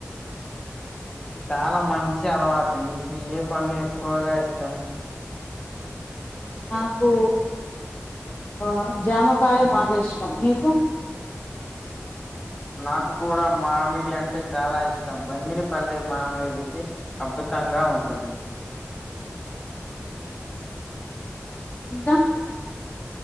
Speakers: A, on the left (about 15°); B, on the left (about 35°).
A: చాలా మంచి అలవాటు నీకు ఏ పండ్లు ఎక్కువగా ఇష్టం
B: నాకు ఆ జామకాయ బాగా ఇష్టం నీకు
A: నాకు కూడా మామిడి అంటే చాలా ఇష్టం బంగినిపల్లిె మామిడి కి అప్ అద్భుతంగా ఉంటుంది
B: ఇంకా